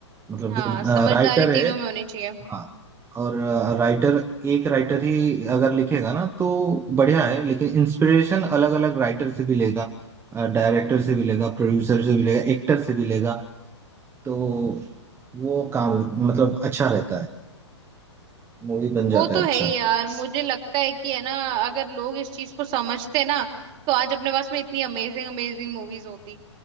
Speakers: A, on the right (about 15°); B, on the right (about 35°).
A: मतलब
B: हाँ
A: जो
B: समझदारी
A: राइटर है
B: तीनों में होनी चाहिए
A: हाँ और राइटर एक राइटर ही अगर लिखेगा ना तो बढ़िया है लेकिन इंस्पिरेशन अलग अलग राइटर से भी लेगा डायरेक्टर से भी लेगा प्रोड्यूसर से भी लेगा एक्टर से भी लेगा तो वो काम मतलब अच्छा रहता है मूवी बन जाता
B: वो तो
A: है अच्छा
B: है ही यार मुझे लगता है कि है ना अगर लोग इस चीज को समझते ना तो आज अपने पास में इतनी अमेजिंग अमेजिंग मूवीज होती